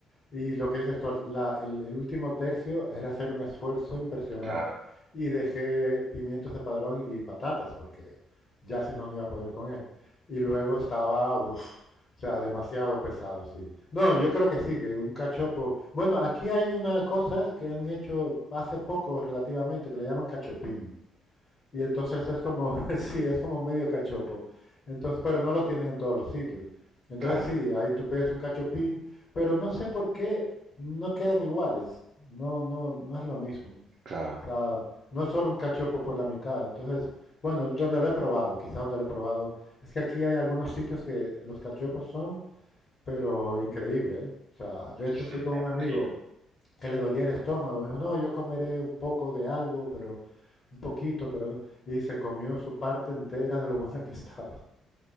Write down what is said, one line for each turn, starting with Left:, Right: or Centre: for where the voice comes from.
Left: Y lo que dices tú, la- el, el último tercio era hacer un esfuerzo impresionante.
Right: Claro,
Left: Y dejé pimientos de padrón y patatas, porque ya si no, no iba a poder con él. Y luego estaba, uf, o sea, demasiado pesado, sí. No, yo creo que sí, que un cachopo. Bueno, aquí hay una cosa que han hecho hace poco relativamente, que le llaman cachopín. Y entonces es como, <laughs> sí, es como medio cachopo. Entonces, pero no lo tienen en todos los sitios. Entonces
Right: claro,
Left: sí, ahí tú pides un cachopín, pero no sé por qué no quedan iguales. No, no, no es lo mismo.
Right: claro.
Left: O sea, no es solo un cachopo por la mitad. Entonces, bueno, donde lo he probado, quizá donde lo he probado, es que aquí hay algunos sitios que los cachopos son, pero increíble, ¿eh? O sea, de hecho
Right: Sí, sí,
Left: fui
Right: me
Left: con un
Right: imagino.
Left: amigo que le dolía el estómago. Me dijo, no, yo comeré un poco de algo, pero un poquito, pero no- y se comió su parte entera de lo buena que estaba.